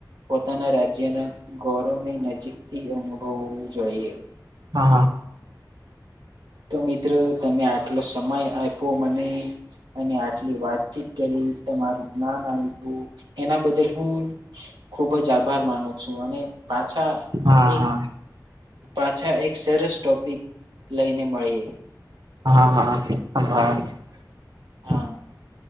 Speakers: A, on the right; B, on the right.
A: પોતાના રાજ્યના ગ ગૌરવ નજીકથી અનુભવું જોઈએ
B: હા હા
A: તો મિત્રો તમે આટલો સમય આપો મને અને આટલી વાતચીત કરી તમારું જ્ઞાન આપ્યું એના બદલ હું ખુબ જ આભાર માનું છું અને પાછા
B: હા
A: એક
B: હા
A: પાછા એક સરસ ટોપિક લઈને ને મળીએ
B: હા હા હ
A: હા